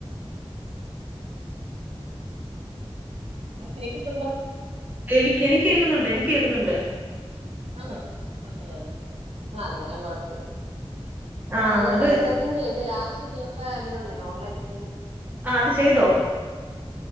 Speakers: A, on the right; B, on the right.
A: <unintelligible>
B: എനിക്ക് എനിക്ക് കേക്കുന്നുണ്ട് എനിക്ക് കേക്കുന്നുണ്ട്
A: ആഹാ അതെയതെ അന്നേരം കൊഴപ്പവില്ല
B: ആഹ്
A: ആ അല്ല
B: അത്
A: സെൻസസ് ന്റെ ലാസ്റ്റ് ദിവസായിരുന്നന്നേ ഓൺലൈൻ ചെയ്യുന്നെ
B: ആ അത് ചെയ്തോ?